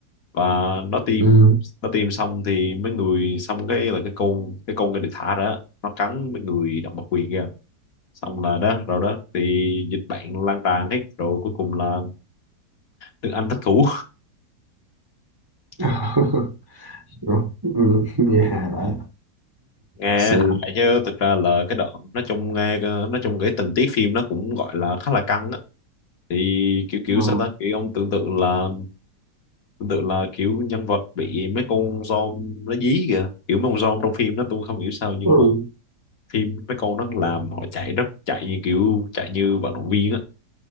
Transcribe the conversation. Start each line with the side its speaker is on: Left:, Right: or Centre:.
Left: và nó tiêm
Right: ừ.
Left: nó tiêm xong thì mấy người xong cái là cái con cái con cái được thả ra á, nó cắn mấy người động vật quyền kia xong là đó rồi đó thì dịch bệnh lan tràn hết rồi cuối cùng là nước Anh thất thủ
Right: <laughs> rồi ừ, nghe hài vậy
Left: <laughs> nghe
Right: C
Left: hại chứ thực ra là cái đoạn nói chung nghe ờ, nói chung cái tình tiết phim nó cũng gọi là khá là căng á thì kiểu kiểu
Right: ờ,
Left: sao ta kiểu ông tưởng tượng là tương tự là kiểu nhân vật bị mấy con zombie nó dí kìa kiểu mấy con zombie trong phim đó tôi không hiểu sao nhưng
Right: ừ.
Left: mà phim mấy con nó làm họ chạy rất chạy như kiểu chạy như vận động viên á